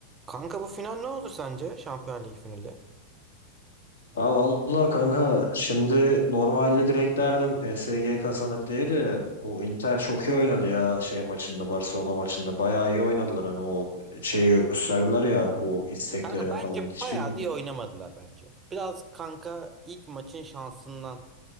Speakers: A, on the right; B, on the left.
A: Kanka bu final ne olur sence? Şampiyonlar Ligi finali.
B: Ha valla kanka şimdi normalde direkt derdim PSG kazanır diye de bu Inter çok iyi oynadı ya şey maçında Barcelona maçında bayağı iyi oynadılar hani o şeyi gösterdiler ya o isteklerini
A: Kanka bence
B: falan hiç
A: bayağı
B: bilmiyorum.
A: da iyi oynamadılar bence. Biraz kanka ilk maçın şansından.